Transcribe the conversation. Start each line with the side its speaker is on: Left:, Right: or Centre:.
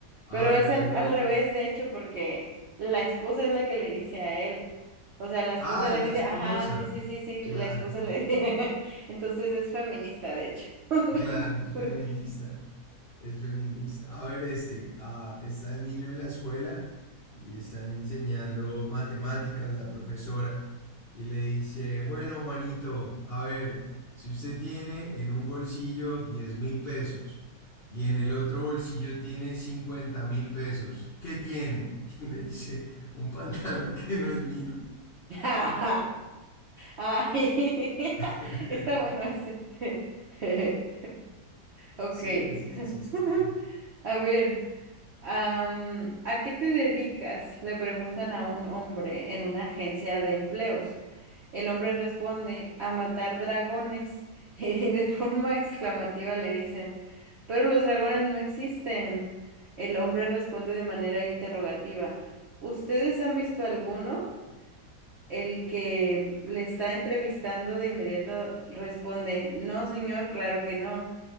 Left: A
Right: Pero
Left: ver,
Right: es al,
Left: uno...
Right: al revés, de hecho, porque la esposa es la que le dice a él. O sea, la esposa
Left: Ah,
Right: le
Left: es
Right: dice,
Left: la esposa.
Right: ajá, sí, sí, sí, sí,
Left: Claro,
Right: la esposa le dice. <laughs> Entonces es feminista, de hecho. <laughs>
Left: claro, es feminista. Es feminista. A ver, este, ah, está el niño en la escuela y están enseñando matemáticas la profesora y le dice, bueno, Juanito, a ver, si usted tiene en un bolsillo diez mil pesos y en el otro bolsillo tiene cincuenta mil pesos, ¿qué tiene? <laughs> Y le dice, un pantalón que no es mío.
Right: <laughs> Ay,
Left: <laughs>
Right: <laughs> está bueno ese. <laughs> Ok.
Left: Sí, eso es chistoso.
Right: <laughs> A ver. Am, ¿a qué te dedicas? Le preguntan a un hombre en una agencia de empleos. El hombre responde, a matar dragones. <laughs> Y de forma exclamativa le dicen, pero los dragones no existen. El hombre responde de manera interrogativa, ¿ustedes han visto alguno? El que le está entrevistando de inmediato responde, no, señor, claro que no.